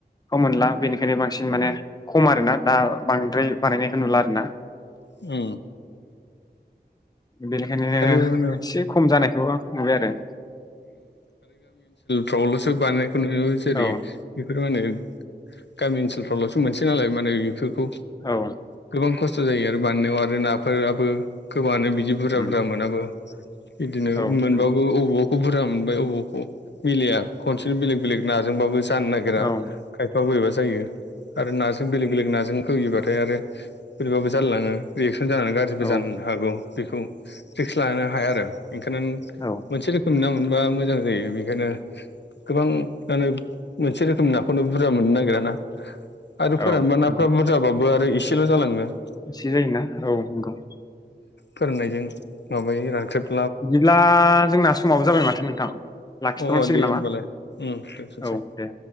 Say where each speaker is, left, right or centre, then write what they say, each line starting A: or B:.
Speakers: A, on the left; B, on the left.
A: मोनला बेनि खायनो बांसिन माने खम आर ना दा बांद्राय बानायनायखौ नुला आर ना।
B: औ।
A: बेनिखायनो एसे
B: मा होनो
A: खम जानायखौ नुबाय आरो।
B: प्रबल'सो बानायनायखौ नुयो जेरै'
A: औ
B: बेफोर मा होनो? गामि ओनसोलफ्रावल'सो मोनसेै नालाय माने बेफोरखौ
A: औ
B: गोबां खस्थ' स जायो आरो बान्नायाव आरो नाफोराबो गोबाङानो जिदि बुरजा
A: उम
B: बुरजा मोनाबो बिदिनो
A: औ
B: मोनबो
A: नंगौ
B: औऔ । बुरजा मोनबाय अवखौ मिलया खनसेनो बेलेक बेलेक नाजोंबाबो जानो नागिरा
A: औ
B: खायफा बोरैबासो जायो आरो नासों बेलेग बेलेग नाजों होयो बाथाय आरो बोरैबा बो जालालाङो रेख <inaudible> गाज्रिबो
A: औ
B: जानो हागै बेखै पिखस लानो हाया आरो <inaudible>
A: औ
B: मोनसे रोखोमनि ना मोना मोनबा मोजां जायो बेखायनो गोबां मानो मोनसे रोखोमनि नाखौनो बुरजा मोननो नागिराना आरो फोरानबा
A: औ
B: नाफ्रा
A: नंगौ
B: बुरजाबाबो आरो एसेल' जालाङो ।
A: एसे जायोना औ नंगौ।
B: फोरोंनायजों माबायो रानख्रेब
A: बिदिब्ला जोंना समावो जाबाय माथो नोंथां? लाखिथ'
B: अ
A: नां सिगोन
B: दे
A: नामा।
B: होमबालाय दोनथ'सै
A: औ दे